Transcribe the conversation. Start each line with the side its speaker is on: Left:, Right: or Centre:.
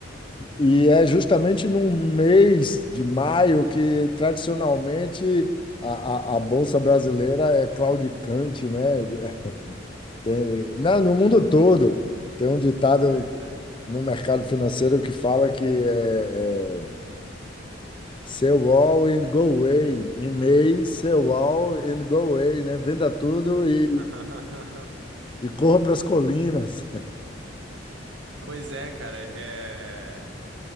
Left: E é justamente num mês de maio que, tradicionalmente, a, a, a Bolsa Brasileira é claudicante, né? É, Tem, na- no mundo todo, tem um ditado
Right: Pois é.
Left: no mercado financeiro que fala que é, é sell all and go away. Em May, sell all and go away, né? Venda tudo e,
Right: <laughs>
Left: e corra para as colinas.
Right: Pois é, cara, é...